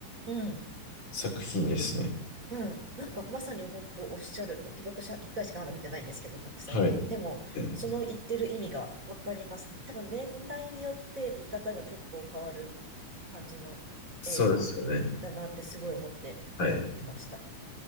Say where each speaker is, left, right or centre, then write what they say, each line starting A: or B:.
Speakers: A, on the right; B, on the left.
A: うん。
B: 作品ですね。
A: うん。なんかまさに本当おっしゃる。てか私は一回しかまだ見てないんですけど、僕最近。
B: はい。
A: でも、
B: で
A: その言ってる意味がわかります。多分年代によって見方が結構変わる感じの映画だなってすごい思って見てました。
B: そうですよね。はい。